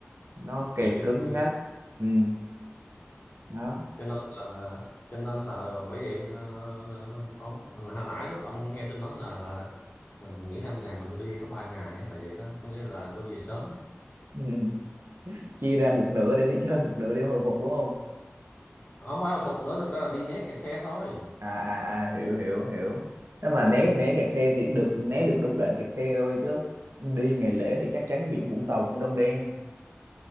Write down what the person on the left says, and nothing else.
cái kinh
dị
đó
cho nên là cho nên là bởi vậy ờ, là ông hồi nãy lúc ông nghe tôi nói là là, là mình nghỉ 5 ngày mà tôi đi có 3 ngày á, là vậy đó có nghĩa là tôi về sớm
không phải là phục nữa thực ra là đi né kẹt xe thôi
ừ